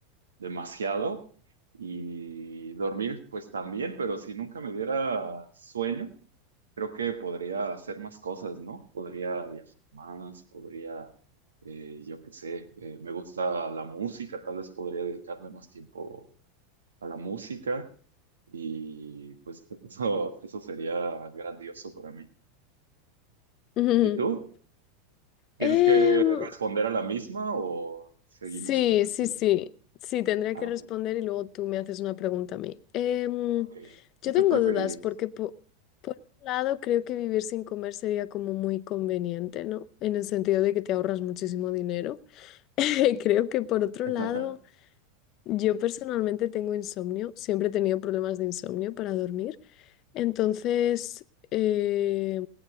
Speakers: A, on the right; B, on the left.
A: demasiado y dormir pues también, pero si nunca me diera sueño, creo que podría hacer más cosas, ¿no? Podría viajar más, podría, eh, yo qué sé, eh, me gusta la música, tal vez podría dedicarle más tiempo a la música y pues <laughs> eso, eso sería grandioso para mí.
B: <laughs>
A: ¿Y tú? ¿Tienes
B: Em,
A: que responder a la misma o seguimos
B: Sí,
A: con la
B: sí,
A: siguiente?
B: sí. Sí, tendría
A: Ah,
B: que
A: ok.
B: responder y luego tú me haces una pregunta a mí. Em,
A: ok.
B: yo
A: ¿Tú qué
B: tengo
A: preferirías?
B: dudas porque por un lado creo que vivir sin comer sería como muy conveniente, ¿no? En el sentido de que te ahorras muchísimo dinero. <laughs> Creo que por otro
A: <laughs>
B: lado, yo personalmente tengo insomnio, siempre he tenido problemas de insomnio para dormir. Entonces, eh,